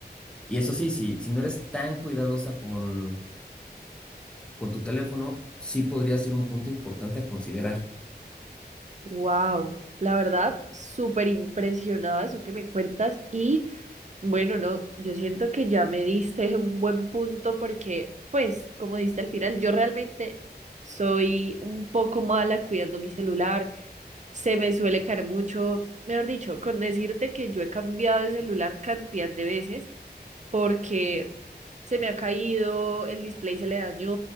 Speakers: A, in the centre; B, on the right.
A: y eso sí, si, si no eres tan cuidadosa con, con tu teléfono, sí podría ser un punto importante a considerar.
B: Wow, la verdad, súper impresionada de eso que me cuentas y bueno, no, yo siento que ya me diste un buen punto porque pues como diste al final, yo realmente soy un poco mala cuidando mi celular, se me suele caer mucho, mejor dicho, con decirte que yo he cambiado de celular cantidad de veces porque se me ha caído, el display se le dañó,